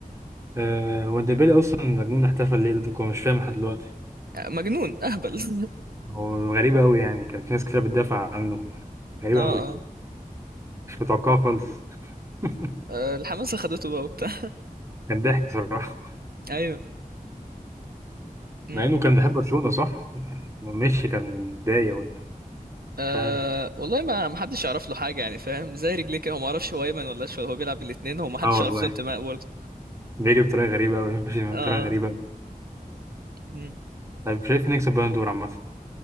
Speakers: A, on the right; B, on the right.
A: آه، هو ديمبلي أصلا مجنون احتفل ليه ضدكم مش فاهم لحد دلوقتي
B: آه، مجنون اهبل <laughs>
A: هو غريب أوي يعني كان في ناس كتير بتدافع عنه غريب
B: اه
A: أوي
B: اه
A: مش متوقعه خالص <laughs>
B: آه، الحماسة خدته بقى وبتاع
A: كان ضحك صراحة
B: ايوه م-
A: مع إنه
B: م.
A: كان بيحب برشلونة صح؟ مشي كان متضايق ولا
B: أه
A: مش عارف
B: والله ما ما حدش يعرف له حاجة يعني فاهم زي رجليك هو ما اعرفش هو ايمن ولا اشول هو بيلعب الاثنين هو ما حدش
A: اه
B: يعرف
A: والله
B: له انتماء برضه
A: بيجري بطريقة غريبة أوي ماشي
B: اه
A: بطريقة غريبة أوي
B: م.
A: طيب شايف نكسب بالون دور عامة